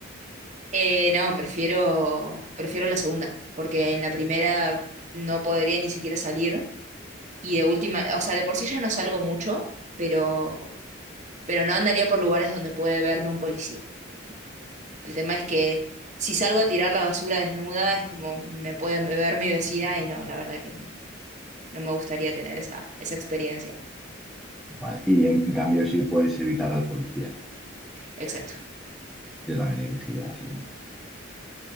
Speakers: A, on the right; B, in the centre.
A: Eh, no, prefiero, prefiero la segunda, porque en la primera no podría ni siquiera salir y de última, o sea, de por sí ya no salgo mucho, pero, pero no andaría por lugares donde puede verme un policía, por ejemplo. El tema es que si salgo a tirar la basura desnuda es como me puede ver mi vecina y no, la verdad que no me gustaría tener esa, esa experiencia.
B: Vale. Y en, en cambio sí puedes evitar al policía.
A: Exacto.
B: Yo también elegiría la segunda.